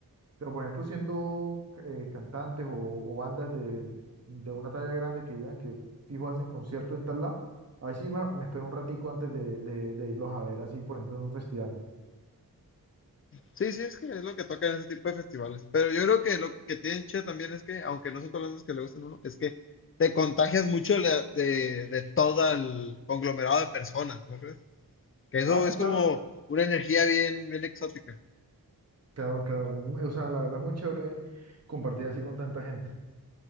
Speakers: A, on the right; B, on the left.
A: Pero por ejemplo siendo eh, cantantes o, o bandas de, de una talla grande que digan que fijo hacen concierto en tal lado, ahí sí me, me espero un ratico antes de, de de irlos a ver así por ejemplo en un festival.
B: Sí, sí, es que es lo que toca en ese tipo de festivales. Pero yo creo que lo que tienen chido también es que, aunque no son todas las bandas que le gustan a uno, es que te contagias mucho la- de, de todo el conglomerado de personas, ¿no crees? Que eso
A: Ah, sí,
B: es
A: claro,
B: como una energía bien, bien exótica.
A: claro, claro. Mm, O sea, la verdad es muy chévere compartir así con tanta gente.